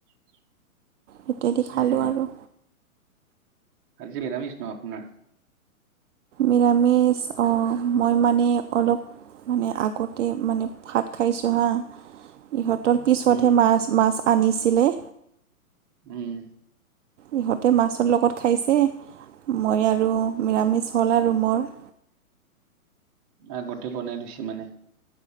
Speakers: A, on the right; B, on the right.
A: <inaudible>
B: থিকেদি খালোঁ
A: উম
B: আৰু।
A: আজি নিৰামিছ ন আপোনাৰ?
B: নিৰামিষ অঁ মই মানে অলপ মানে আগতে মানে ভাত খাইছোঁ হাঁ ইহঁতৰ পিছতহে
A: উম
B: মাছ মাছ আনিছিলে।
A: উম।
B: ইহঁতে মাছৰ লগত খাইছে মই আৰু নিৰামিষ হ'ল আৰু মোৰ।
A: আগতে বনাই লৈছে মানে।